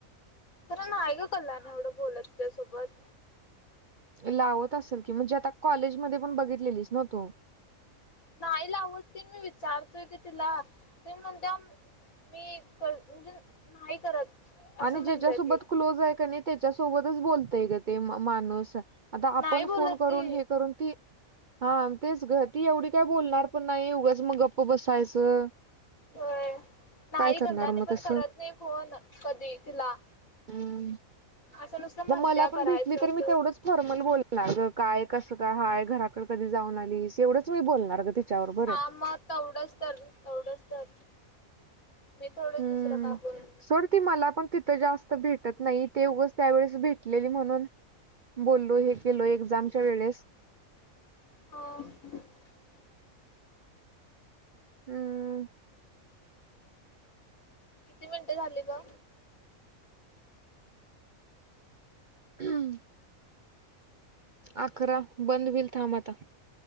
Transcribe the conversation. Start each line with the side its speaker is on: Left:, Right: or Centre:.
Left: पन नाही ग कल्याणी एवढं बोलत तिच्यासोबत.
Right: लावत असेल की, म्हणजे आता कॉलेजमध्ये पण बघितलेलीच ना तू,
Left: नाही लावत ती, मी विचारतोय की तिला, ती म्हणत्याऽ मी म्हणजे, नाही करत. असं
Right: आणि
Left: म्हणत्या
Right: ज्याच्यासोबत
Left: ती
Right: क्लोज आहे का नाही, त्याच्यासोबतच बोलतय ग ते माणूस. आता आपण
Left: नाही बोलत
Right: फोन करून,
Left: ती
Right: हे करून, ती हा, तेच ग, ती एवढी काय बोलणार पण नाही उगच मग प बसायचं,
Left: होय नाही
Right: काय
Left: कल्याणी
Right: करणार मग
Left: पण
Right: तसं.
Left: करत नाही फोन, कधी तिला
Right: हम्म,,
Left: असं नुसतं म्हणत्या
Right: मला
Left: करायचं
Right: पण भेटली तरी
Left: असं
Right: मी तेवढंच फॉर्मल बोलणार ग, काय, कसं का हाय, घराकड कधी जाऊन आलीस, एवढंच मी बोलणार ग, तिच्यावर बरं
Left: हा, मग तेवढंच तर, तेवढंच तर मी थोडं
Right: हम्म,
Left: दुसरं का बोलू
Right: सोड ती मला पण तिथं जास्त भेटत नाही, ते उगंच त्यावेळेस भेटलेली म्हणून बोललो हे केलो एक्झामच्या वेळेस
Left: हां,
Right: हम्म.
Left: किती मिनटं झाली ग?
Right: हम्म, अकरा, बंद हुईल थांब आता.